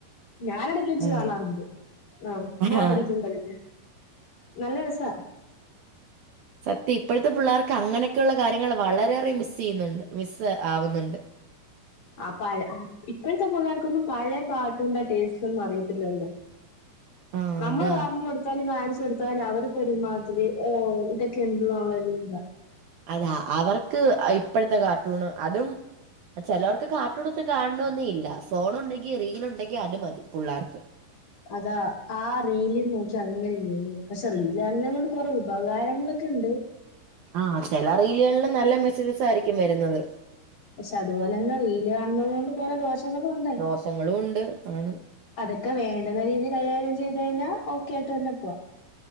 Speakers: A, on the left; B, on the right.
A: ഞാനടെക്കെച്ച്
B: ആഹ്
A: കാണാറുണ്ട്. ആ ബോറടിക്കുമ്പഴല്ലേ
B: ആഹ്
A: നല്ല രസാ
B: സത്യം ഇപ്പോഴത്തെ പിള്ളേർക്ക് അങ്ങനെയൊക്കെയുള്ള കാര്യങ്ങള് വളരെയേറെ മിസ് ചെയ്യുന്നുണ്ട് മിസ് ആവുന്നുണ്ട്
A: ആ പഴ ഉം ഇപ്പോഴത്തെ പിള്ളേർക്കൊന്നും പഴേ പാ എന്താ ടേസ്റ്റൊന്നും അറിയത്തില്ലല്ലോ,
B: ആഹ്
A: നമ്മള്
B: അതാ
A: പറഞ്ഞൊട് ത്താല് കാണിച്ചു കൊടുത്താല് അവർക്കൊരുമാതിരി ഓ ഇതൊക്കെ എന്തുവാ എന്താ
B: അതാ അവർക്ക് ഇപ്പഴത്തെ കാർട്ടൂണ് അതും ചെലവർക്ക് കാർട്ടൂണ്ത്ത് കാണണോംന്നില്ല ഫോണ് ഉണ്ടെങ്കി റീല് ഉണ്ടെങ്കി അത് മതി പുള്ളേർക്ക്
A: അതാ ആ റീല് നോക്കി അങ്ങനെ ഇരുന്നോളും. പക്ഷെ റീലാണെങ്കിലങ്ങണ്ട് കൊറെ ഉപകാരങ്ങളൊക്കെ ഉണ്ട്
B: ആ ചില റീലുകളില് നല്ല മെസ്സേജസ് ആയിരിക്കും വരുന്നത്
A: പക്ഷെ അതുപോലെന്നെ റീല് കാണുന്നത് കൊണ്ട് കൊറേ ദോഷങ്ങളും ഉണ്ട്.
B: ദോഷങ്ങളും ഉണ്ട് ആണ്
A: അതൊക്കെ വേണ്ടുന്ന രീതിൽ കൈകാര്യം ചെയ്ത് കഴിഞ്ഞാ ഓക്കെ ആയിട്ട് തന്നെ പോവാം.